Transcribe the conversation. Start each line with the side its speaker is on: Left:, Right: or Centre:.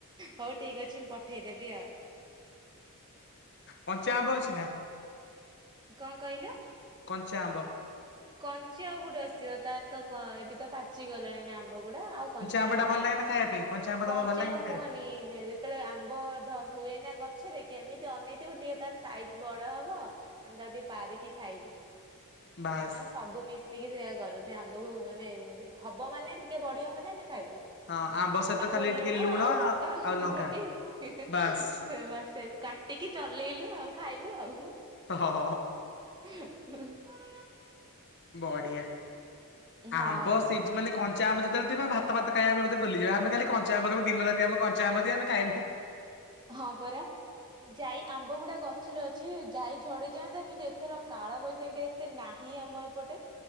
Right: ହଉ ଠିକ୍ ଅଛି, ମୁଁ ପଠେଇଦେବି ଆଉ।
Left: କଞ୍ଚା ଆମ୍ବ ଅଛି ନା?
Right: କଣ କହିଲ?
Left: କଞ୍ଚା ଆମ୍ବ।
Right: କଞ୍ଚା ଆଉ କୋଉଠୁ ଆସିବ? ତାର ତ କ ଏବେ ତ ପାଚି ଗଲାଣି ନା ଆମ୍ ବଗୁଡା ଆଉ କଞ୍ଚା
Left: ଆମ୍ବ
Right: ହିଁ
Left: ଟା ଭଲ
Right: ନାହିଁ।
Left: ଲାଗେ ନା ଖାଇବା ପାଇଁ ଆମ୍ବ ତମକୁ
Right: କଞ୍ଚା
Left: ଭଲ ଲାଗେନି
Right: ଆଉ
Left: ଖାଇବା
Right: କୁହନି,
Left: ପାଇଁ?
Right: ଯେଁ ଯେତ୍ କେତେବେଳେ ଆମ୍ବ ଧ ହୁଏନା ଗଛରେ କେମିତି ଅନେଇଥିବୁ, ଟିକେ ତାର ସାଇଜ ବଡ ହବ। ଆମେ ତାକୁ ଟିକେ ପାରିକି ଖାଇବୁ।
Left: ବାସ୍
Right: ଆମେ ସବୁ ମିଶିକି ସେଇଆ କରୁ। ସେ ଆମ୍ବକୁ ମାନେ ହବ ମାନେ, ଟିକେ ବଢିବ ମାନେ ଆମେ ଖାଇଦଉ।
Left: ହଁ ଆମ୍ବ ସହିତ
Right: ତାକୁ
Left: ଖାଲି
Right: ଲୁଣ
Left: ଟିକେ
Right: ଆଉ ଲଙ୍କା
Left: ଆଉ ଲଙ୍କା
Right: ଗୁଣ୍ଡି, ହିଁ, ହିଁ,
Left: ବାସ୍।
Right: ସେ ମା ସେ କାଟିକି ଚଲେଇଲୁ, ଆଉ ଖାଇଲୁ ଆଉ।
Left: ହ ହ ହ ହ।
Right: ହଁ ହଁ।
Left: ବଢିଆ।
Right: ହଁ
Left: ଆମ୍ବ ସିଝ୍ ମାନେ କଞ୍ଚା ଆମ୍ବ ଯେତେବେଳେ ଥିବ, ଭାତ ଫାତ ଖାଇବା ଆମେ ବୋଧେ ଭୁଲି ଯିବା। ଆମେ ଖାଲି କଞ୍ଚା ଆମ୍ବ ଖାଇବୁ ଦିନ ରାତି ଆମ କଞ୍ଚା ଆମ ଦିଅ ଆମେ ଖାଇମୁ।
Right: ହଁ, ପରା। ଯାଇ ଆମ୍ବ ଗୁଡା ଗଛରେ ଅଛି। ଯାଇ ଝଡିଯାଆନ୍ତା, କିନ୍ତୁ ଏଥର କାଳ ବୈଶାଖୀ ଟା ଏତେ ନାହିଁ ଆମ ଏପଟେ।